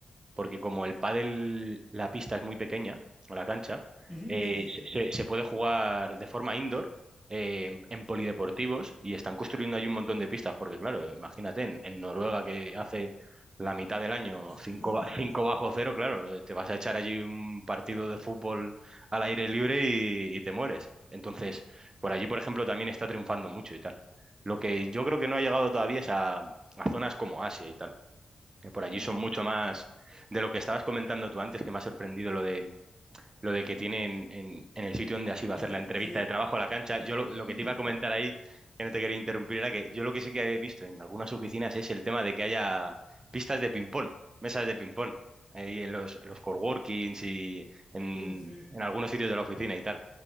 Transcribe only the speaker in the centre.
Ujú,
Sí, sí, sí.
<laughs>
Ah,
ok.
Ah,
sí,
de-
<laughs>
sí, sí, sí.